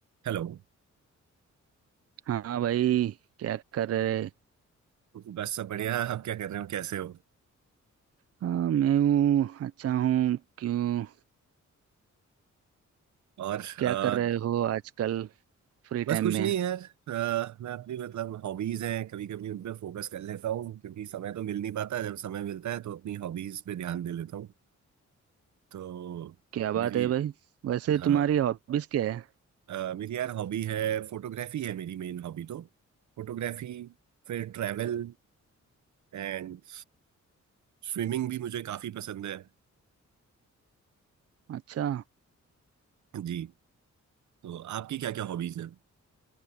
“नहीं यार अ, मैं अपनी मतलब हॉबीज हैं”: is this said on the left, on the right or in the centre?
Right